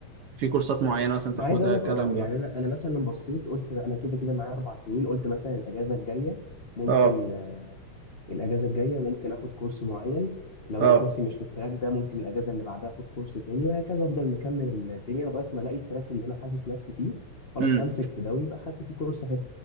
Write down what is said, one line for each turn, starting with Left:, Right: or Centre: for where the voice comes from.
Right: في كورسات معينة مثلا تاخدها
Left: ما عايز اقول لك
Right: الكلام
Left: اه
Right: ده
Left: يعني انا انا مثلا لما بصيت قلت بقى انا كده كده معايا اربع سنين قلت مثلا الاجازه الجايه ممكن
Right: اه
Left: آه، الاجازه الجايه ممكن اخد كورس معين لو
Right: اه
Left: لقيت نفسي مش في التراك ده ممكن الاجازه اللي بعدها اخد كورس تاني وهكذا افضل مكمل الدنيا لغايه ما الاقي التراك اللي انا حاسس نفسي فيه خلاص
Right: امم
Left: همسك في ده ويبقى خدت فيه كورس حلو